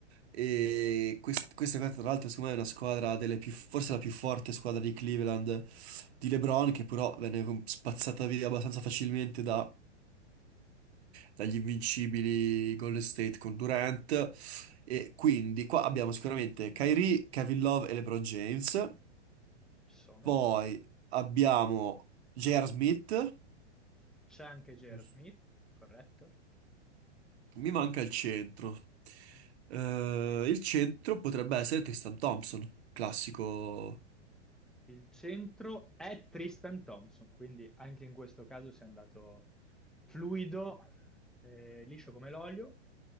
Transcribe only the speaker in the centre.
Sì,
Mm,
ci sono.
C'è anche J.R.
Smith, corretto?
Il centro è Tristan Thompson, quindi anche in questo caso si è andato fluido, eh, liscio come l'olio.